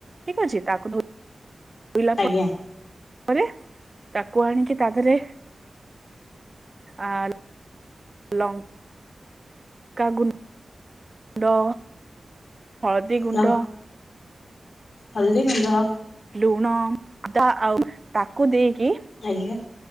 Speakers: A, on the right; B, on the left.
A: ଠିକ ଅଛି। ତାକୁ ଧୋଇ ଧୋଇଲା
B: ଆଜ୍ଞା।
A: ତାପରେ ତାକୁ ଆଣିକି ତା ଦେହରେ ଆ-ଆ-ଆ ଲଙ୍ଗ୍ ଲଙ୍କାଗୁ ଗୁଣ୍ଡ ହଳଦୀ ଗୁଣ୍ଡ
B: ଲ ହଳଦୀ ଗୁଣ୍ଡ
A: ଲୁଣ ଅଧା ଆଉ ତାକୁ ଦେଇକି।
B: ଆଜ୍ଞା।